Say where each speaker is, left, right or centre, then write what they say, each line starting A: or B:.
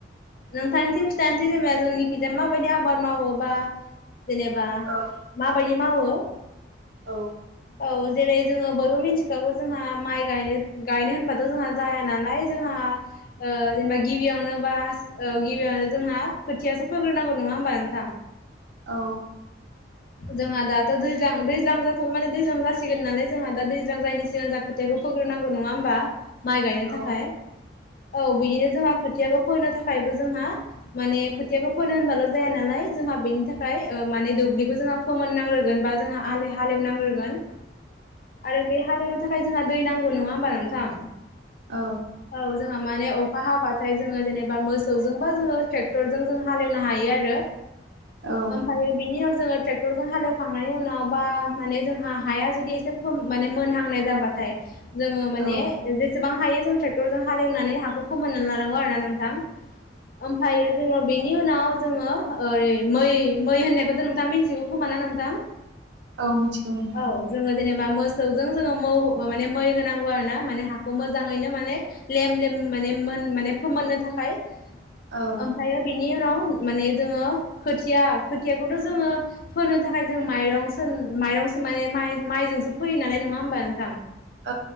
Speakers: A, on the left; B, on the right.
A: नोंथांनिथिम खिथानोसै जेनेबा जोंनि खिजाया माबायदि आबाद मावोबा। जेनेबा
B: औ
A: माबायदि मावो
B: औ
A: औ जेरै। जोङो बयबो मिथिखागौ जोंहा माइय गायनो होनबाथ' जोंहा जाया नालाय जोंहा। जेनेबा गिबियावनो बास। औ गिबियावनो जोंहा खोथियासो फोग्रोनांगौ नङा होमबा नोंथां।
B: औ।
A: जोंहा दाथ' दै दैज्लां जाथ'वाखै माने दैज्लां जासिगोन नालाय जोंहा दा दैज्लां जायनि सिगां जा खोथिखौ फ। फोग्रोनांगौ नङा होमबा माइ गायनो
B: औ
A: थाखाय। औ बिदिनो जोंहा खोथियाखौ फोनो थाखायबो जोंहा माने खोथियाखौ फोनो होनबाल' जाया नालाय जोंहा। बेनि थाखाय माने दुब्लि जोंहा फोननांगोगोन बा जों हालेवनांग्रोगोन आरो बे हालेवनो थाखाय। जोंहा दै नांगौ नङा होमबा नोंथां
B: औ
A: औ जोंहा माने अखा हाबाथाय जोङो जेनेबा मोसौजोंबा जोङो ट्रेक्टरजों जों हाल एवनो हायो आरो।
B: औ
A: ओमफ्रायो बिनि उनाव जोङो ट्रेक्टरजों हालेवखांनायनि उनाव बा माने जोंहा हाया जुदि एसे खम माने मोनहांनाय जाबाथाय जोङो माने
B: औ
A: जेसेबां हायो जों हाल एवनानै हाखौ खोमायनानै लानांगौ आरो ना नोंथां। ओमफ्रायायो जोङो बेनि उनाव जोङो ओरै मै- मै होननायखौथ' नोंथाङां मिथि खोमा ना नोंथां
B: औ मिथिगौ नोंथां
A: औ जोङो जेनेबा मोसौजों मौ माने मै होनांगौ आरोना माने हाखौ मोजाङैनो माने लेम- लेम माने मोन माने फोमोननो थाखाय
B: औ
A: ओमफ्रायो बिनि उनाव माने जोङो खोथिया खोथियाखौथ' जोङो फोनो थाखाय जों माइरं माइरंसो माने माइ माइजोंसो फोयो नालाय नङा होमबा नोंथां
B: औ